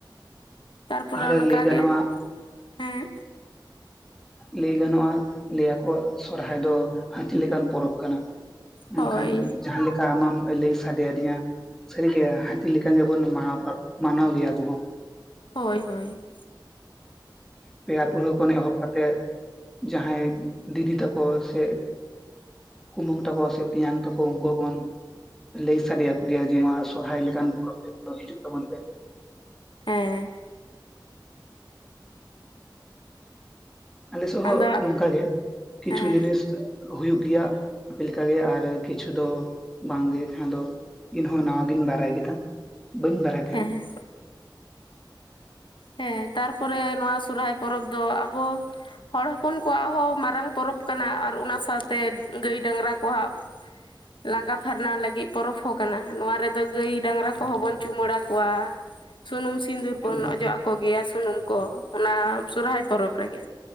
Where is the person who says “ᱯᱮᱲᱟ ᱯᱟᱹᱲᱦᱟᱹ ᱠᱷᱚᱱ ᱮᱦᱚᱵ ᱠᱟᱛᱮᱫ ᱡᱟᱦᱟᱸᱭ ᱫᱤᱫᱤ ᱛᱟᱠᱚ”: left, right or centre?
Centre